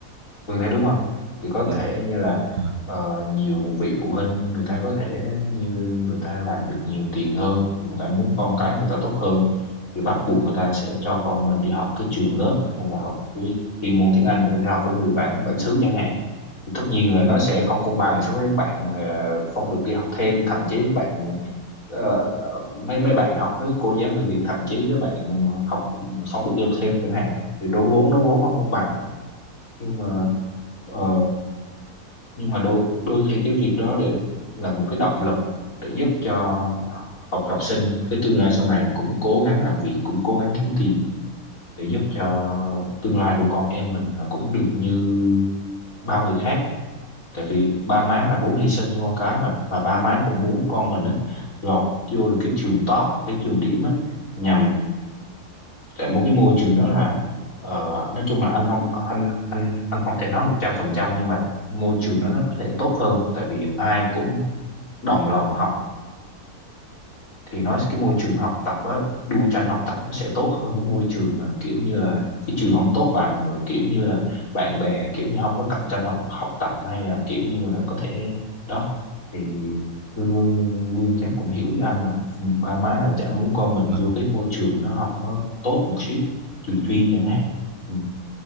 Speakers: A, on the left; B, on the right.
A: Phương thấy đúng không? Thì có
B: Vâng.
A: thể như là
B: Ờ.
A: ờ, nhiều vị phụ huynh người ta có thể như người ta làm được nhiều tiền hơn thì người ta muốn con cái người ta tốt hơn thì bắt buộc người ta sẽ cho con mình đi học cái trường lớp hay là học với chuyên môn tiếng Anh người ta đi học với người bản bản xứ chẳng hạn thì tất nhiên là nó sẽ không công bằng so với các bạn ờ, không được đi học thêm thậm chí các bạn ờ, ờ, mấy mấy bạn học với cô giáo người Việt thậm chí các bạn học không được đi học thêm chẳng hạn thì đối vốn nó vốn không công bằng nhưng mà ờ, nhưng mà đôi đôi khi cái việc đó để là một cái động lực để giúp cho học học sinh cái tương lai sau này cũng cố gắng làm việc cũng cố gắng kiếm tiền để giúp cho tương lai của con em mình là cũng được như bao người khác tại vì ba má là vốn hy sinh cho con cái mà mà ba má cũng muốn con mình á lọt vô được cái trường top cái trường điểm á nhằm tại một cái môi trường đó là ờ, nói chung là anh không anh anh anh không thể nói một trăm phần trăm nhưng mà môi trường đó nó có thể tốt hơn tại vì ai cũng đồng lòng học thì nói cái môi trường học tập á đu tranh học tập nó sẽ tốt hơn cái môi trường mà kiểu như là cái trường không tốt bằng rồi kiểu như là bạn bè kiểu như không có cạnh tranh học học tập hay là kiểu như là có thể đó thì Vương Vương, Vương chắc cũng hiểu ý anh mà ừ, ba má nào chả muốn con mình
B: Ờ,
A: vô cái môi trường nó học nó tốt một xíu trường chuyên chẳng hạn ừ,